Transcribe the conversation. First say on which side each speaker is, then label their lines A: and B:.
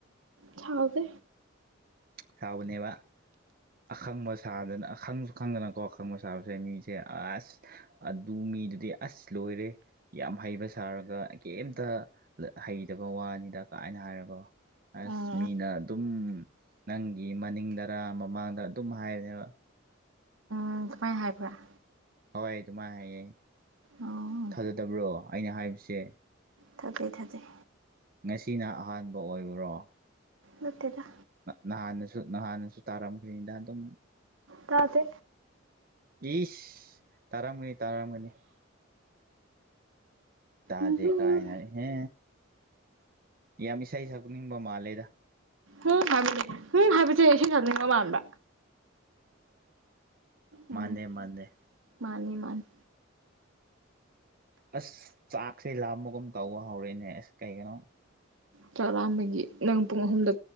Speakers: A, on the right; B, on the right.
A: ꯊꯒꯦ
B: ꯆꯥꯎꯕꯅꯦꯕ ꯑꯈꯪꯕ ꯁꯥꯗꯅ ꯑꯈꯪꯁꯨ ꯈꯪꯗꯅꯀꯣ ꯑꯈꯪꯕ ꯁꯥꯕꯁꯦ ꯃꯤꯁꯦ ꯑꯁ ꯑꯗꯨ ꯃꯤꯗꯨꯗꯤ ꯑꯁ ꯂꯣꯏꯔꯦ ꯌꯥꯝ ꯍꯩꯕ ꯁꯥꯔꯒ ꯀꯩꯝꯇ ꯍꯩꯗꯕ ꯋꯥꯅꯤꯗ ꯀꯥꯏꯅ ꯍꯥꯏꯔꯒꯣ ꯑꯁ
A: ꯎꯝ
B: ꯃꯤꯅ ꯑꯗꯨꯝ ꯅꯪꯒꯤ ꯃꯅꯤꯡꯗꯔꯥ ꯃꯃꯥꯡꯗ ꯑꯗꯨꯝ ꯍꯥꯏꯕꯅꯦꯕ
A: ꯎꯝ ꯁꯨꯃꯥꯏꯅ ꯍꯥꯏꯕ꯭ꯔꯥ
B: ꯍꯣꯏ ꯑꯗꯨꯃꯥꯏꯅ ꯍꯥꯏꯌꯦ
A: ꯑꯣ
B: ꯊꯥꯖꯗꯕ꯭ꯔꯣ ꯑꯩꯅ ꯍꯥꯏꯕꯁꯦ
A: ꯊꯥꯖꯩ ꯊꯥꯖꯩ
B: ꯉꯁꯤꯅ ꯑꯍꯥꯟꯕ ꯑꯣꯏꯕ꯭ꯔꯣ
A: ꯅꯠꯇꯗ
B: ꯅꯍꯥꯟꯅꯁꯨ ꯅꯍꯥꯟꯅꯁꯨ ꯇꯥꯔꯝꯈꯩꯗ ꯑꯗꯨꯝ
A: ꯇꯗꯦ
B: ꯏꯁ ꯇꯥꯔꯥꯝꯒꯅꯤ ꯇꯥꯔꯝꯒꯅꯤ ꯇꯥꯗꯦ
A: ꯎꯝꯍꯨꯝ
B: ꯀꯥꯏꯅꯍꯦ
A: ꯍꯨꯝ
B: ꯌꯥꯝ ꯏꯁꯩ ꯁꯛꯅꯤꯡꯕ ꯃꯥꯜꯂꯦꯗ
A: ꯄ ꯍꯥꯏꯕꯅꯦ ꯎ ꯍꯥꯏꯕꯁꯦ ꯏ ꯆꯝꯅꯤꯡꯉ ꯃꯥꯟꯕ ꯎꯝ
B: ꯃꯥꯟꯗꯦ ꯃꯥꯟꯗꯦ
A: ꯃꯥꯅꯤ ꯃꯥꯅꯤ
B: ꯑꯁ ꯆꯥꯛꯁꯦ ꯂꯥꯝꯕꯒꯨꯝ ꯇꯧꯕ ꯍꯧꯔꯛꯏꯅꯦ ꯑꯁ ꯀꯩꯒꯤꯅꯣ
A: ꯆꯥꯎꯔꯥꯛ ꯂꯥꯛꯑꯝꯕꯒꯤ ꯅꯪ ꯄꯨꯡ ꯑꯍꯨꯝꯗ